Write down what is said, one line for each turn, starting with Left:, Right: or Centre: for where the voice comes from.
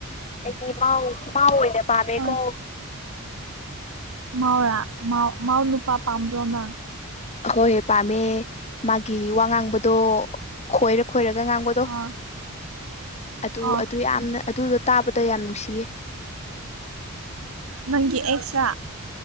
Left: ꯑꯩꯗꯤ ꯃꯥꯎ ꯃꯥꯎ ꯑꯣꯏꯅ ꯄꯥꯝꯃꯦꯀꯣ
Right: ꯍꯣꯏ ꯃꯥꯎꯔꯥ ꯃꯥꯎ ꯃꯥꯎ ꯅꯨꯄꯥ ꯄꯥꯝꯕ꯭ꯔꯣ ꯅꯪ
Left: ꯍꯣꯏ ꯄꯥꯝꯃꯦ ꯃꯥꯒꯤ ꯋꯥ ꯉꯥꯡꯕꯗꯣ ꯈꯣꯏꯔꯛ ꯈꯣꯏꯔꯒ ꯉꯥꯡꯕꯗꯣ
Right: ꯑꯥ
Left: ꯑꯗꯨ
Right: ꯑꯣ
Left: ꯑꯗꯨ ꯌꯥꯝꯅ ꯑꯗꯨꯗ ꯇꯥꯕꯗ ꯌꯥꯝ ꯅꯨꯡꯁꯤꯌꯦ
Right: ꯅꯪꯒꯤ ꯑꯦꯛꯁ꯭ꯔꯥ